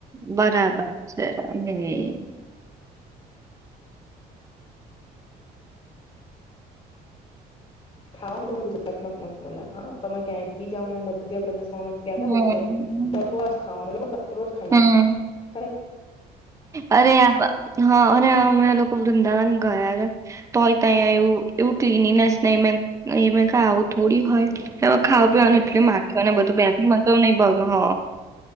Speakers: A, on the right; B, on the left.
A: બરાબર છે. ત
B: થાવ ને તમે ગુજરાત માં મસ્ત મ હા તમે ક્યાંય બી જઓ ને મધ્યપ્રદેશ અમે ગયાતા
A: હમ
B: ઉજ્જૈન બકવાસ ખાવાનું એ લોકો રોજ ખાઈએ
A: હમ.
B: ખરેખર
A: અરે આહ હ અરે અમે લોક વૃંદાવન ગયા તોય તાય એવું એવું ક્લીનીનેસ ને એ મે ક ને એ મે કે આવ થોડી હોય
B: હમ
A: એ ખાવા
B: કચરો
A: પીવાનું
B: બધો
A: એટલે માખી અને બધું બેથલી હોય. તો નહી ભાવતુ હ.